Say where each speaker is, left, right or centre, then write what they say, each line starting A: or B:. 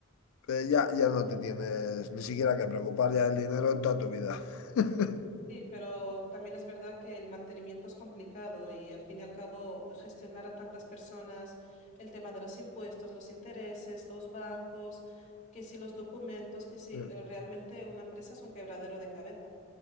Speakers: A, on the left; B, on the left.
A: eh, ya, ya no te tienes ni siquiera que preocupar ya del dinero en toda tu vida. <laughs>
B: Sí, pero también es verdad que el mantenimiento es complicado y al fin y al cabo gestionar a tantas personas, el tema de los impuestos, los intereses, los bancos, que si los documentos, que si
A: Mm.
B: eh, realmente una empresa es un quebradero de cabeza.